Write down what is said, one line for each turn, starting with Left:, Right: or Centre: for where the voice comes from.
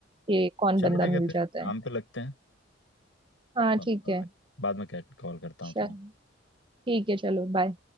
Right: कि कौन
Left: चलो
Right: बंदा
Left: ठीक है
Right: मिल
Left: फिर
Right: जाता
Left: काम
Right: है
Left: पे लगते हैं
Right: हाँ
Left: और
Right: ठीक है
Left: बाद में कॉल करता हूँ
Right: चल
Left: तुम्हें
Right: ठीक है चलो बाय